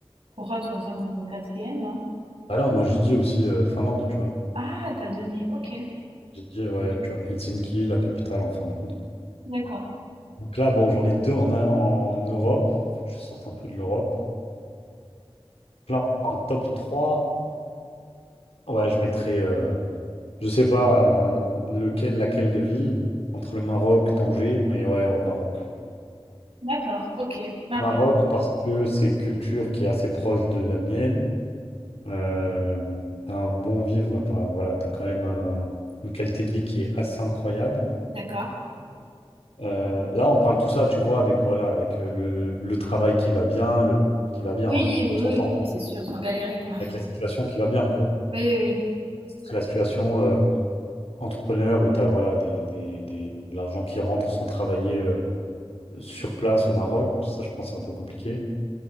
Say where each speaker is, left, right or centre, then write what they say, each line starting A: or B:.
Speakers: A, on the right; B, on the left.
A: pour un troisième ou au quatrième, hein.
B: Alors, moi, j'ai dit aussi euh, Finlande, tu vois.
A: Ah, t'as donné. Ok,
B: J'ai dit, ouais, tu vois, Helsinki, la capitale en Finlande.
A: D'accord.
B: Donc là, bon, j'en ai deux en, en Europe. Faut que je sorte un peu de l'Europe. Là, en top 3, ouais, je mettrais, euh, je sais pas euh, lequel, laquelle de ville, entre le Maroc, Tanger, mais ouais, au Maroc.
A: d'accord, ok. Maroc,
B: Maroc, parce que c'est culture qui est assez proche de la mienne. Euh, t'as un bon vivre, enfin voilà, t'as quand même un- une qualité de vie qui est assez incroyable.
A: d'accord.
B: Euh, là, on parle tout ça, tu vois, avec voilà, avec euh, le, le travail qui va bien, le qui va bien,
A: Oui,
B: hein.
A: oui,
B: on s'entend.
A: oui, oui, c'est sûr, sans galérer quoi.
B: avec la situation qui va bien, quoi.
A: Oui, oui,
B: Ce serait la situation euh, entrepreneur où tu as voilà, des, des- des- de l'argent qui rentre sans travailler euh, sur place au Maroc. Ça, je pense, c'est un peu compliqué.